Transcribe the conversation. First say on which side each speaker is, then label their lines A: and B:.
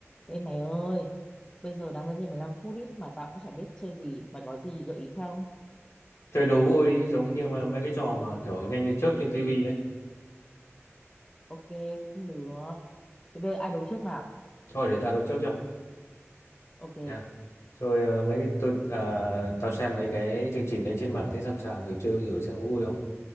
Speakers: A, on the left; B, on the left.
A: Ê mày ơi, bây giờ đang ra chơi 15 phút ít mà tao cũng chả biết chơi gì. Mày có gì gợi ý không?
B: chơi đố vui đi giống như mà mấy cái trò mà kiểu nhanh như chớp trên tivi ấy
A: Ok, cũng được. Thế bây giờ ai đấu trước nào?
B: thôi để tao đố trước cho
A: Ok.
B: nha chơi ờ, mấy
A: Ừ,
B: cái tôi ờ, tao xem mấy cái chương trình đấy trên mạng thấy sẵn sàng thử chơi thử xem có vui không